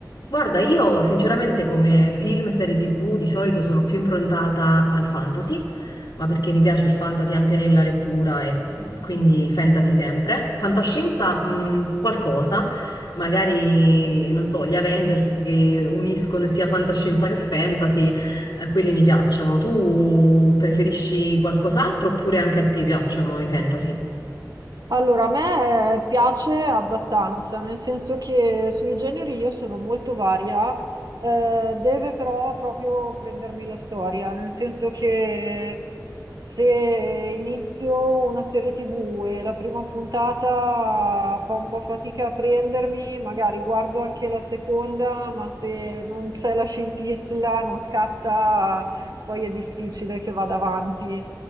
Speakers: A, on the left; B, on the right.
A: Guarda, io sinceramente come film e serie TV di solito sono più improntata al fantasy, ma perché mi piace il fantasy anche nella lettura e mm, quindi fantasy sempre. Fantascienza, mm, qualcosa, magari, non so, gli Avengers che uniscono sia fantascienza che fantasy, eh, quelli mi piacciono. Tu preferisci qualcos'altro oppure anche a te piacciono i fantasy?
B: Allora, a me eh, piace abbastanza, nel senso che sui generi io sono molto varia, eh, deve però proprio prendermi la storia, nel senso che se inizio una serie TV e la prima puntata fa un po' fatica a prendermi, magari guardo anche la seconda, ma se non c'è la scintilla, non scatta, poi è difficile che vada avanti.